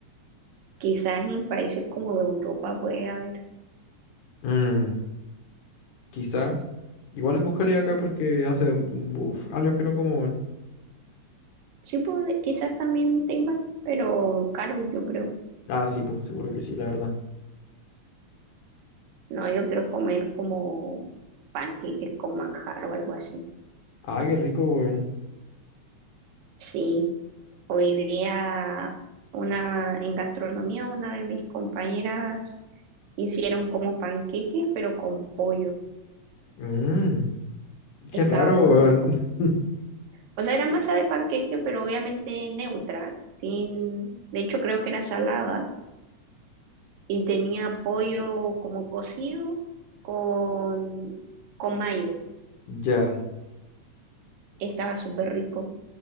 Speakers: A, on the right (about 75°); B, on the left (about 80°).
A: Quizás en países como de Europa puede haber.
B: Mm, quizá. Igual buscaría acá porque hace mm, uf, años que no como, weón.
A: Sí, puede, quizás también tengan, pero caro, yo creo.
B: Ah, sí, pues, seguro que sí, la verdad.
A: No, yo quiero comer como panqueques con manjar o algo así.
B: Ah, qué rico, weón.
A: Sí, hoy día una en gastronomía una de mis compañeras hicieron como panqueques pero con pollo.
B: Mm, qué
A: Estaba
B: raro,
A: muy
B: weón.
A: rico.
B: <laughs>
A: O sea, era masa de panqueque, pero obviamente neutra, sin, de hecho creo que era salada y tenía pollo como cocido con con mayo.
B: Ya,
A: Estaba súper rico.